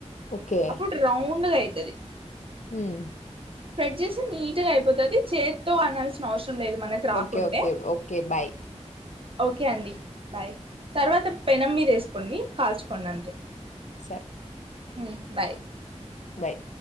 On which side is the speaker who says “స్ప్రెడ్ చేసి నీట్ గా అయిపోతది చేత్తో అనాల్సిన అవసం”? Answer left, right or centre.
Right